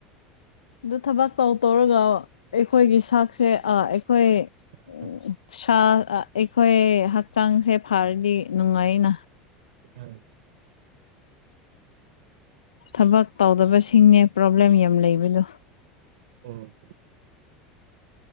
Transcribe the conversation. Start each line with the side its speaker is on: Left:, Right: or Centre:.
Left: ꯑ ꯊꯕꯥꯛ ꯇꯧ ꯇꯧꯔꯒ ꯑꯩꯈꯣꯏꯒꯤ ꯁꯥꯛꯁꯦ ꯑꯩꯈꯣꯏ
Right: ꯎꯝ
Left: ꯎ ꯁꯥ ꯑꯩꯈꯣꯏ ꯍꯛꯆꯥꯡꯁꯦ ꯐꯔꯗꯤ ꯅꯨꯡꯉꯥꯏꯅ
Right: ꯎꯝ <inaudible>
Left: ꯊꯕꯛ ꯇꯧꯗꯕꯁꯤꯡꯅꯦ ꯄ꯭ꯔꯣꯕ꯭ꯂꯦꯝ ꯌꯥꯝ ꯂꯩꯕꯗꯣ
Right: ꯎꯝ